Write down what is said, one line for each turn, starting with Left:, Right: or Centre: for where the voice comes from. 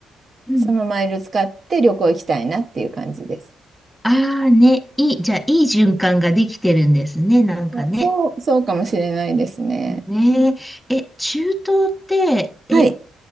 Centre: うん。
Right: そのマイル使って旅行行きたいなっていう感じです。
Centre: ああね、いい、じゃあ、いい循環ができてるんですね、なんかね。
Right: あそう、そうかもしれないですね。
Centre: ねえ、え、中東って、え、
Right: はい。